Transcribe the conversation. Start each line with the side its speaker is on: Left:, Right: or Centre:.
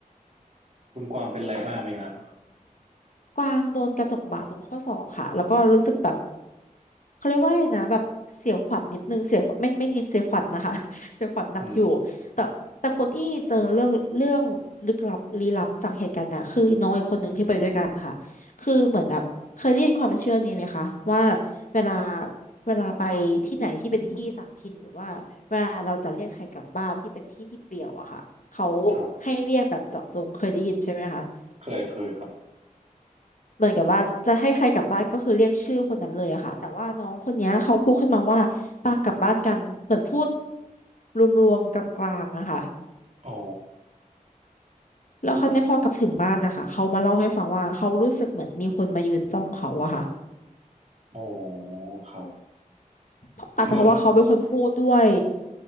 Right: คุณกวางเป็นอะไรมากไหมครับ
Left: กวางโดนกระจกบาดตรงข้อศอกค่ะแล้วก็รู้สึกแบบเขาเรียกว่าอไงนะแบบเสียวขวัญนิดนึงเสียวขวัญไม่ไม่นิดเสียวขวัญนะคะ <laughs> เสียวขวัญหนักอยู่
Right: อืม
Left: แต่แต่คนที่เจอเรื่องเรื่องลึกลับลี้ลับจากเหตุการณ์เนี่ยคือน้องอีกคนหนึ่งที่ไปด้วยกันนะคะคือเหมือนแบบเคยได้ยินความเชื่อนี้ไหมคะว่าเวลาเวลาไปที่ไหนที่เป็นที่ต่างถิ่นหรือว่าเวลาเราจะเรียกใครกลับบ้านที่เป็นที่ที่เปลี่ยวอะค่ะเขา
Right: ครับ
Left: ให้เรียกแบบเจาะจงเคยได้ยินใช่ไหมคะ
Right: เคยเคยครับ
Left: เหมือนกับว่าจะให้ใครกลับบ้านก็คือเรียกชื่อคนนั้นเลยอะค่ะแต่ว่าน้องคนเนี้ยเขาพูดขึ้นมาว่าปากลับบ้านกันเหมือนพูดรวมๆกลางๆอะค่ะ
Right: อ๋อ
Left: แล้วคราวนี้พอกลับถึงบ้านนะคะเขามาเล่าให้ฟังว่าเขารู้สึกเหมือนมีคนมายืนจ้องเขาอะค่ะ
Right: อ๋อครับ
Left: เพราะอาจจะเพราะว่าเขาเป็นคนพูดด้วย
Right: เหมือน